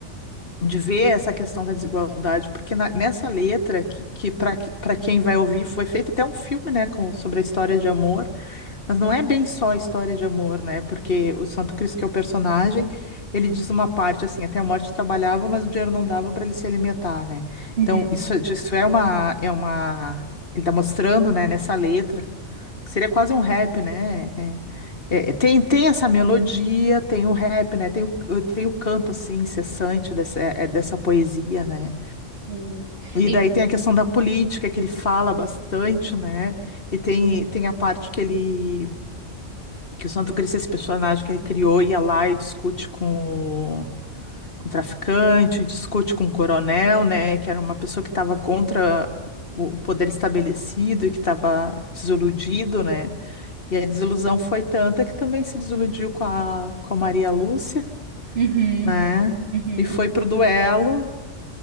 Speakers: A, on the left; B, on the right.
A: de ver essa questão da desigualdade, porque na- nessa letra, que, que para quem vai ouvir, foi feito até um filme, né, com, sobre a história de amor. Mas não é bem só a história de amor, né? Porque o Santo Cristo, que é o personagem, ele diz uma parte assim, até a morte trabalhava, mas o dinheiro não dava para ele se alimentar, né?
B: Uhum.
A: Então, isso, isso é uma, é uma. Ele tá mostrando, né, nessa letra, que seria quase um rap, né? É- é- tem, tem essa melodia, tem o rap, né? Tem o, tem o canto, assim, incessante dessa, é- é, dessa poesia, né?
B: Sim.
A: E
B: E
A: daí tem a questão da política, que ele fala bastante, né? E tem, tem a parte que ele que o Santo Cristo é esse personagem que ele criou, ia lá e discute com o, com o traficante, discute com o coronel, né, que era uma pessoa que estava contra o, o poder estabelecido e que estava desiludido, né, e a desilusão foi tanta que também se desiludiu com a, com a Maria Lúcia,
B: Uhum,
A: né,
B: uhum,
A: e foi
B: É.
A: pro duelo,